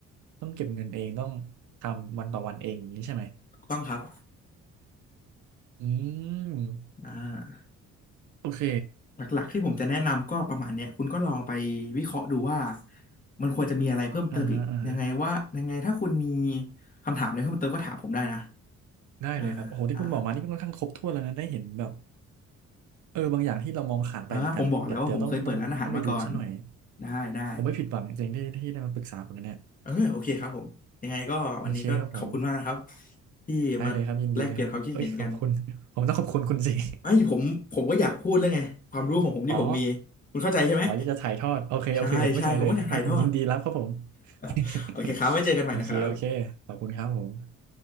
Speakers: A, on the right (about 75°); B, on the left (about 25°).
A: ต้องเก็บเงินเองต้องทำวันต่อวันเองอย่างนี้ใช่ไหม
B: ถูกต้องครับ
A: อืม
B: อ่า
A: โอเค
B: หลักหลักๆที่ผมจะแนะนำก็ประมาณเนี้ยคุณก็ลองไปวิเคราะห์ดูว่ามันควรจะมีอะไรเพิ่มเติมอีกยังไงว่ายังไงถ้าคุณมี
A: อ่าฮะอ่าฮะ
B: คำถามอะไรเพิ่มเติมก็ถามผมได้นะ
A: ได้เลยครับโอ้โหที่คุณบอกมานี่ก็ค่อนข้างครบถ้วนแล้วนะได้เห็นแบบ
B: อ่าอ่า
A: เออบางอย่างที่เรามองขาดไปเหมือนกันเดี๋ยวเดี๋ยวต้องต้องต้องไปดูซะหน่อย
B: อ่าผมบอกแล้วว่าผมเคยเปิดร้านอาหารมาก่อนได้ได้
A: ผมไม่ผิดหวังจริงๆที่ที่ได้มาปรึกษาคุณนะเนี่ย
B: เออโอเคครับผมยังไงก็วันนี้ก็ขอบคุณมากนะครับ
A: โอเคครับผม
B: ที่มาแลกเปลี่ยนความคิดเห็นกัน
A: ได้เลยครับยินดีเลยครับเอ้ยขอบคุณ <laughs> ผมต้องขอบคุณคุณสิ <laughs>
B: ไอ้ยผมผมก็อยากพูดแล้วไงความรู้ของผมที่ผมมี
A: อ๋อ
B: คุณเข้าใจใช่ไหม
A: อ๋ออยากจะถ่ายทอดโอเคโอเคผมเข้าใจเลยงั้นผมยินดีรับครับผม
B: ใช่ใช่ผมก็อยากถ่ายทอด <laughs> โอเคครับไว้เจอกันใหม่นะครับ
A: <laughs> โอเคโอเคขอบคุณครับผม